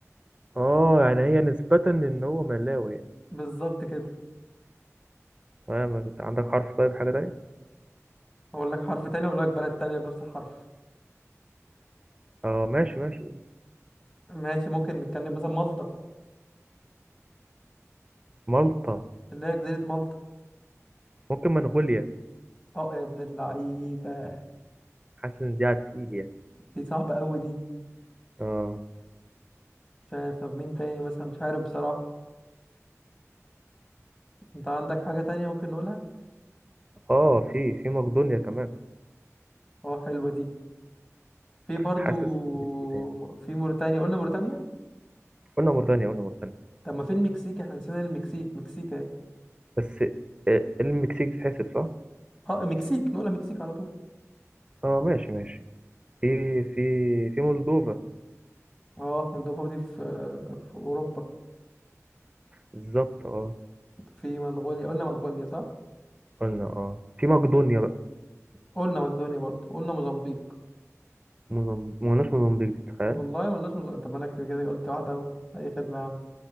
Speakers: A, on the right (about 20°); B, on the left (about 15°).
A: اه يعني هي نسبة ان هو ملاوي يعني.
B: بالظبط كده
A: تمام انت عندك حرف طيب حاجة تانية
B: اقول لك حرف تاني اقول لك بلد تانية بنفس الحرف
A: اه ماشي ماشي
B: ماشي ممكن نتكلم مثلا مالطا
A: مالطا
B: اللي هي جزيرة مالطا
A: ممكن منغوليا
B: اه يا ابن اللعيبة
A: حاسس ان دي على التقيل يعني
B: دي صعبة قوي دي
A: اه
B: مش عارف طب مين تاني مثلا مش عارف بصراحة انت عندك حاجة تانية ممكن نقولها
A: اه في في مقدونيا كمان
B: اه حلوة دي في برضو
A: حاسس ان دي تقيلة يعني
B: م- في موريتانيا قلنا موريتانيا
A: قلنا موريتانيا قلنا موريتانيا
B: طب ما في المكسيك احنا نسينا المكسيك مكسيك اهي
A: بس آه، المكسيك تتحسب صح؟
B: اه المكسيك نقولها مكسيك على طول
A: اه ماشي ماشي في في في مولدوفا
B: اه مولدوفا دي في في اوروبا
A: بالظبط اه
B: في منغوليا قلنا منغوليا صح
A: قلنا اه في مقدونيا بقى
B: قلنا مقدونيا برضو قلنا موزمبيق
A: موزم- ما قلناش موزمبيق دي تخيل
B: والله ما قلناش موزمبيق طب ما انا كده كده قلت واحدة اهو اي خدمة يا عم